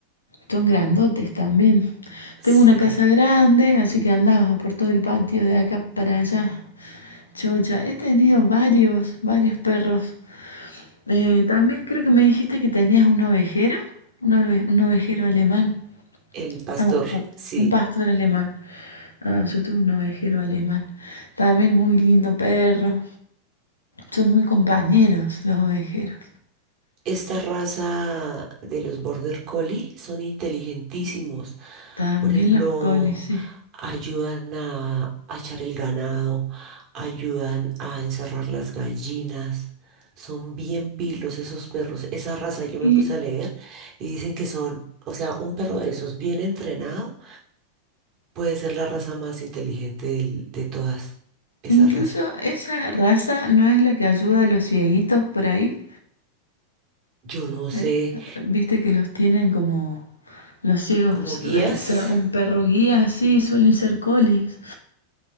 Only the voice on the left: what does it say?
son grandotes también.
Tengo una casa grande, así que andaba por todo el patio de acá para allá. Chocha, he tenido varios, varios perros. Eh, también creo que me dijiste que tenías un ovejero, un ove- un ovejero alemán.
Au, au,
un pastor alemán. Ah, yo tuve un ovejero alemán. También muy lindo perro. Son muy compañeros los ovejeros.
También
los colis, sí.
Y
incluso
esa raza no es la que ayuda a los cieguitos por ahí.
Eh, Viste que los tienen como los ciegos.
eh, sea un perro guía, sí, suelen ser colis.